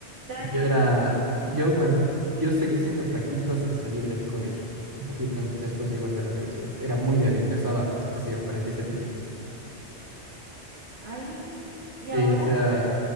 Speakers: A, on the right; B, on the right.
A: tranqui,
B: Yo era,
A: tranqui.
B: yo, man- yo seguí siendo flaquito hasta salir del colegio, un poquito an- después igual de la universidad. Era muy débil, pesaba, qué sé yo, 47 kilos.
A: Ay, ¿y
B: Sí,
A: ahora?
B: o sea,